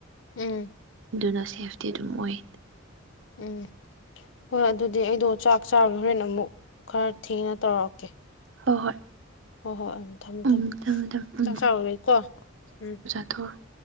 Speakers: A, on the left (about 60°); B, on the right (about 60°).
A: ꯎꯝ
B: ꯗꯨꯅ ꯁꯦꯞꯇꯤ ꯑꯗꯨꯝ ꯑꯣꯏ
A: ꯎꯝ ꯍꯣꯏ ꯑꯗꯨꯗꯤ ꯑꯩꯗꯣ ꯆꯥꯛ ꯆꯔꯨꯒꯦ ꯍꯣꯔꯦꯟ ꯑꯃꯨꯛ ꯈꯔ ꯊꯦꯡꯅ ꯇꯧꯔꯛꯀꯦ
B: ꯍꯣ ꯍꯣꯏ
A: ꯍꯣꯏ ꯍꯣꯏ ꯎꯝ ꯊꯝꯃꯣ
B: ꯎꯝ
A: ꯊꯝꯃꯣ
B: ꯊꯝꯃꯦ ꯊꯝꯃꯦ
A: ꯆꯥꯛ
B: ꯎꯝ
A: ꯆꯥꯔꯨꯒꯦꯀꯣ ꯎꯝ
B: <unintelligible>